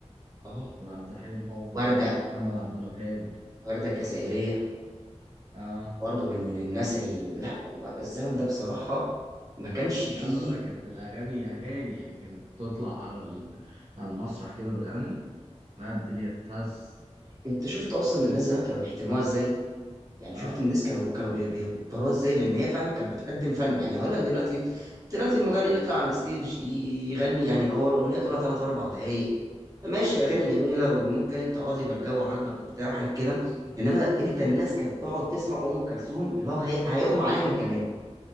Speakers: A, on the right; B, on the right.
A: اه
B: وعبد الحليم حافظ
A: ورده
B: ومحمد عبد الوهاب
A: ورده الجزائريه
B: اه
A: برضه من من الناس اللي لا هو الزمن ده بصراحه ما كانش فيه
B: لا لا لا كانت الاغاني اغاني يعني كانت تطلع على ال- على المسرح كده تغني لا الدنيا تتهز
A: انت شفت اصلا الناس زمان كانوا بيحترموها ازاي يعني
B: اه
A: شفت الناس كانوا كانوا بي- بيقدروها ازاي لان هي فعلا كانت بتقدم فن يعني هقول لك دلوقتي دلوقتي المغني بيطلع على الستيج يغني يعني هو الاغنيه طولها 3
B: مم.
A: 4 دقائق ماشي
B: مم.
A: اغاني جميله وممكن انت اه يبقى الجو عاجبك وبتاع وحاجات كده انما انت
B: ايوه
A: الناس كانت تقعد تسمع ام كلثوم اللي هو هي- هيغمى عليها بالجمال